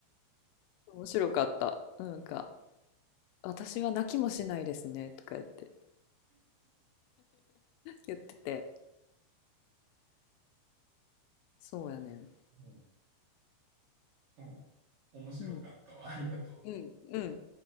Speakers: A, on the left; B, on the right.
A: 面白かった。なんか、私は泣きもしないですねとか言って、言ってて、そうやねん。
B: うん面白かったわ。
A: うん。
B: ありがとう。
A: うん、うん。